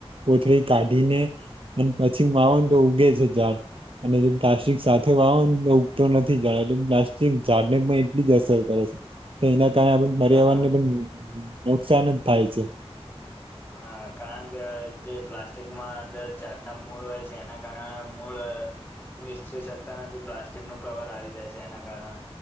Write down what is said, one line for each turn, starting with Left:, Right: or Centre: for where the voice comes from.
Right: કોથળી કાઢીને અને પછી માવ તો ઉગે છે. ઝાડ. અને જે તશિક સાથે વાવો ઉગતો નથી. જાણે એટલે પ્લાસ્ટિક ઝાડ ને પણ એટલી જ અસર કરે છે. તો એના પર્યાવરણ
Left: હા
Right: ને પણ નુકસાન જ થાય છે.
Left: હા કારણ કે જે પ્લાસ્ટિકમાં અંદર ચાટના મૂળ હોય છે એના કારણે મૂળ વિસ્તરી શકતા નથી. પ્લાસ્ટિક નું કવર આવી જાય છે એના કારણે.